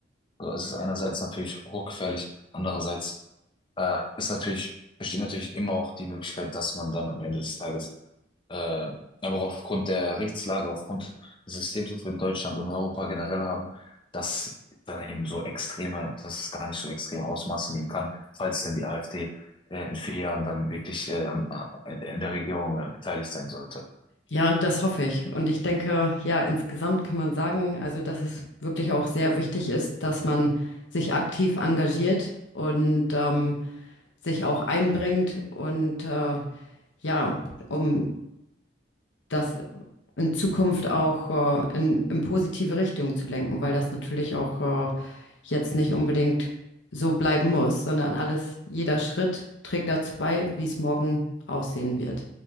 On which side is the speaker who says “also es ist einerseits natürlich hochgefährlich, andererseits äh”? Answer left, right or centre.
Left